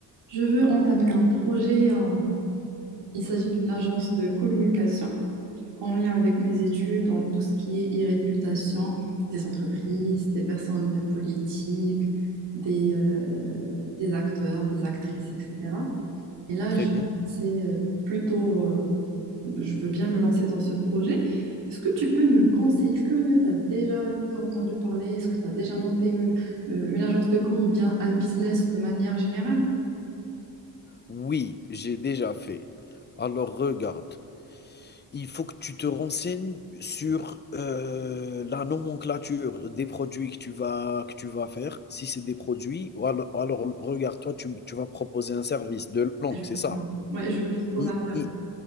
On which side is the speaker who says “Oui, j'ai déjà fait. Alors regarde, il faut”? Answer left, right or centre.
Left